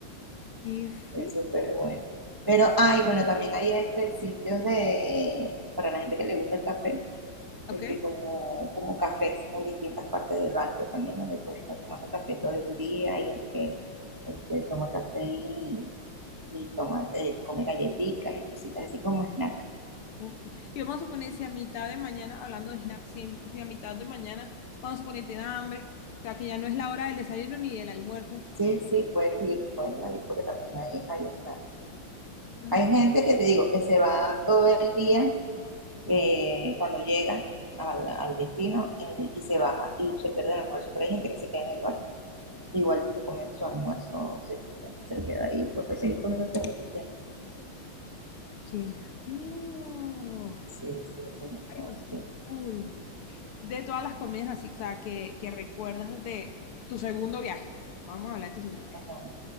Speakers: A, on the left; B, on the right.
A: qué fin.
B: fue súper bueno. Pero, ay, bueno, también hay este, sitios de, para la gente que le gusta el café, este,
A: Ok.
B: como, como cafés en distintas partes del barco también, donde puedes estar tomando café todo el día, hay gente que este, toma café y, y toma, eh, come galletitas y cositas así como snack.
A: Ok. Y vamos a suponer si a mitad de mañana, hablando de snacks, si, en- si a mitad de mañana, vamos a suponer tiene hambre, o sea que ya no es la hora del desayuno ni del almuerzo.
B: Sí, sí, puedes ir, pueden ir porque también hay, hay snack
A: Ah,
B: Hay gente que te digo, que se va todo el día,
A: ok.
B: eh, cuando llega al, al destino eh, y se baja y se pierde el almuerzo, pero hay gente que se queda en el barco. Igualito comen su almuerzo, se queda, se queda ahí, pues puede seguir comiendo todo lo que quiera.
A: ¡Qué fino!
B: Sí, sí, es demasiado
A: Ay, pero está
B: fino.
A: cool. De todas las comidas así, o sea, que, que recuerdas de tu segundo viaje. Vamos a hablar de tu segundo viaje.
B: Ajá.